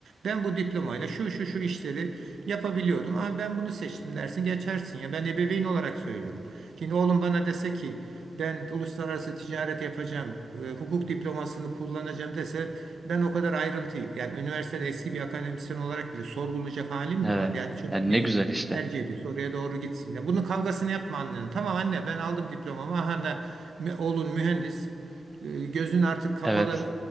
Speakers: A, on the right; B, in the centre.
A: Ben bu diplomayla şu şu şu işleri yapabiliyordum. Ama ben bunu seçtim dersin geçersin ya. Ben ebeveyn olarak söylüyorum. Şimdi oğlum bana dese ki ben uluslararası ticaret yapacağım, e, hukuk diplomasını kullanacağım dese ben o kadar ayrıntıyı yani üniversitede eski bir akademisyen olarak bile sorgulayacak halim mi
B: Evet.
A: var? Yani çocuk
B: Yani
A: neyi
B: ne güzel işte.
A: tercih ediyorsa oraya doğru gitsin. Ya bunun kavgasını yapma annenin. Tamam anne ben aldım diplomamı. Aha da mü- oğlun mühendis. E, Gözün artık kapalı
B: Evet.